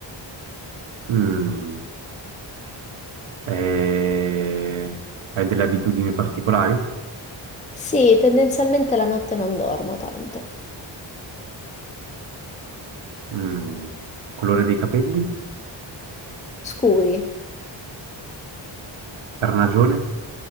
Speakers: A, on the right; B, on the left.
A: Mm. Eh, Hai delle abitudini particolari?
B: Sì, tendenzialmente la notte non dormo tanto.
A: Mm. Colore dei capelli?
B: Scuri.
A: Carnagione?